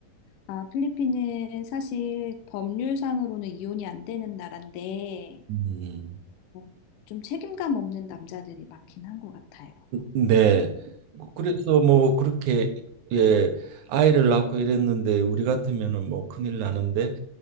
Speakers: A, on the left; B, on the right.
A: 아, 필리핀은 사실 법률상으로는 이혼이 안 되는 나라인데,
B: 음.
A: 어, 좀 책임감 없는 남자들이 많긴 한 것 같아요.
B: 네. 그, 그래서 뭐 그렇게 예 아이를 낳고 이랬는데 우리 같으면은 뭐 큰일 나는데